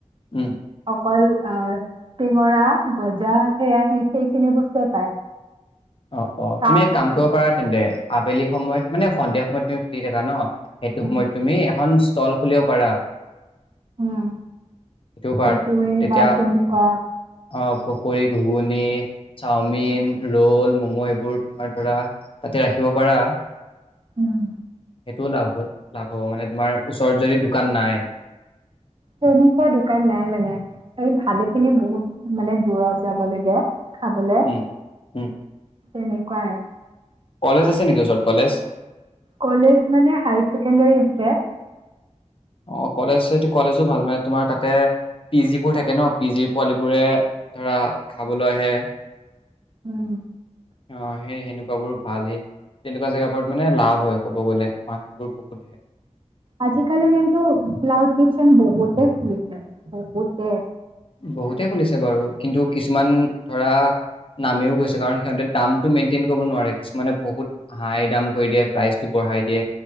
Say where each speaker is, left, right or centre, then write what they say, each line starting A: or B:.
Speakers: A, on the left; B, on the right.
A: উম।
B: অকল আহ চিঙৰা গজা সেৰাহী সেইখিনি বস্তুৱে পায়।
A: অ
B: চাহ
A: তুমি এক
B: খাবলৈ
A: কাম কৰিব
B: পায়।
A: পাৰা তেন্তে আবেলি সময়ত মানে সন্ধিয়া সময়ত তুমি ফ্ৰ্ৰী থাকা ন? সেইটো
B: উম,
A: সময়ত তুমি এখন ল খুলিব পাৰা।
B: উম।
A: সেইটোও পাৰা
B: পকৰি
A: তেতিয়া
B: বা কে তেনেকুৱা
A: অ পকৰী, ঘুগুনি, চাওমিন, ৰোল, মম', এইবোৰ তোমাৰ ধৰা তাতে ৰাখিব পাৰা।
B: উম।
A: সেইটোও লাভ হ, লাভ হ'ব মানে তোমাৰ ওচৰত যদি দোকান নাই।
B: তেনেকুৱা দোকান নাই মানে, এইম ভালেখিনি বহুত মানে দূৰত যাব লাগে। খাবলে
A: উম, উম
B: তেনেকুৱাই
A: কলেজ আছে নেকি ওচৰত? কলেজ
B: কলেজ মানে হায়াৰ ছেকেণ্ডৰী আছে।
A: অ কলেজ আছে যদি কলেজো ভাল, মানে তোমাৰ তাতে পি জিবোৰ থাকে ন? পি জি পোৱালীিবোৰে ধৰা খাবলৈ আহে।
B: উম।
A: আহ সেই সেনেকুৱাবোৰ ভাল, সেই তেনেকুৱা জেগাবোৰত মানে লাভ হয় ক'ব গলে মানুহবোৰ বহুত আহে।
B: আজিকালি কিন্তু ক্লাউড কিচেন বহুতে খুলিছে, বহুতে।
A: বহুতে খুলিছে বাৰু কিন্তু কিছুমান ধৰা নামিও গৈছে কাৰণ সিহঁতে দামটো মেইনটেইন কৰিব নোৱাৰে, কিছুমানে বহুত হাই দাম কৰি দিয়ে, প্ৰাইচটো বঢ়াই দিয়ে